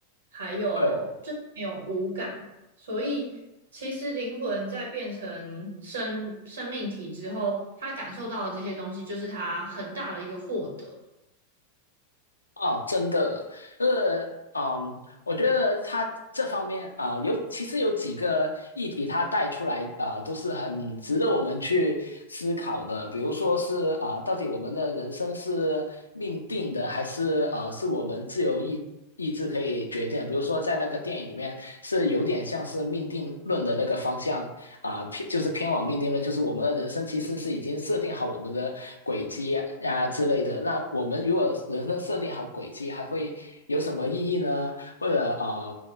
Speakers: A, on the right; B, on the left.
A: 还有就没有五感，
B: 对。
A: 所以其实灵魂在变成生生命体之后，他感受到的这些东西，就是他很大的一个获得。
B: 哦，真的，呃，嗯，我觉得他这方面啊、呃有其实有几个议题，他带出来啊、呃都是很值得我们去思考的。比如说是啊、呃到底我们的人生是命定的，还是呃，是我们自由意意志可以决定的比如说在那个电影里面，是有点像是命定论的那个方向啊、呃偏就是偏往命定论，就是我们的人生其实是已经设定好我们的轨迹呀之类的。那我们如果人生设定好轨迹，还会有什么意义呢？或者啊，